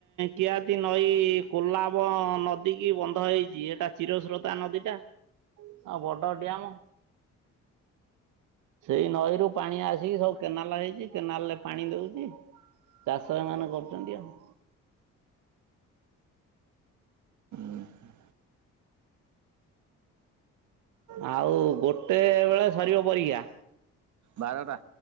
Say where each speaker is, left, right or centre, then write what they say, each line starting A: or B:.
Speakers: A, on the right; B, on the right.
A: କିଆତି ନଈ କୋଲାବ ନଦୀ କି ବନ୍ଧ ହେଇଛି ଏଟା ଚିରସ୍ରୋତା ନଦୀ ଟା ଆଉ ବଡ ଡ୍ୟାମ ସେଇ ନଈରୁ ପାଣି ଆସିକି ସବୁ କେନାଲ୍ ହେଇଚି, କେନାଲ୍ ରେ ପାଣି ଦଉଚି, ଚାଷ ଏମାନେ କରୁଚନ୍ତି ଆଉ।
B: ଉଁ, ହୁଁ,
A: ଆଉ ଗୋଟେ ବେଳେ ସରିବ ପରୀକ୍ଷା।
B: ବାରଟା।